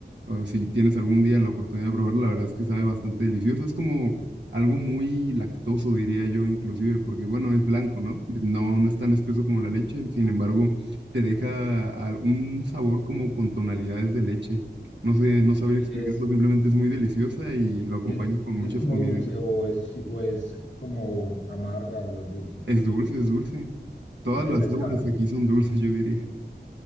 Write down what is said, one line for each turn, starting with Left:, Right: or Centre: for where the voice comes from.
Right: o si tienes algún día la oportunidad de probarla, la verdad es que sabe bastante delicioso. Es como algo muy lactoso, diría yo, inclusive, porque bueno, es blanco, ¿no? No, no es tan espeso como
Left: Sí.
Right: la leche, sin embargo, te deja a- un sabor como con tonalidades de leche. No sé, no sabría
Left: Y
Right: explicarlo,
Left: es,
Right: simplemente es muy deliciosa y lo acompaño
Left: y es,
Right: con muchas
Left: y es como
Right: comidas.
Left: dulce o es, o es como amarga o es dulce.
Right: Es dulce, es dulce. Todas
Left: Y refrescante,
Right: las aguas aquí son dulces, yo diría.